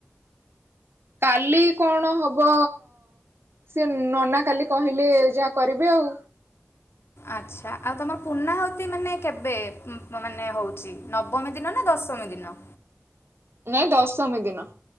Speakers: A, on the right; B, on the left.
A: କାଲି କଣ ହବ ସେ ନନା କାଲି କହିଲେ ଯାହା କରିବେ ଆଉ।
B: ଆଚ୍ଛା ଆଉ ତମର ପୂର୍ଣାହୁତି ମାନେ କେବେ ମାନେ ହଉଛି ନବମୀ ଦିନ ନା ଦଶମୀ ଦିନ?
A: ନାଇଁ ଦଶମୀ ଦିନ।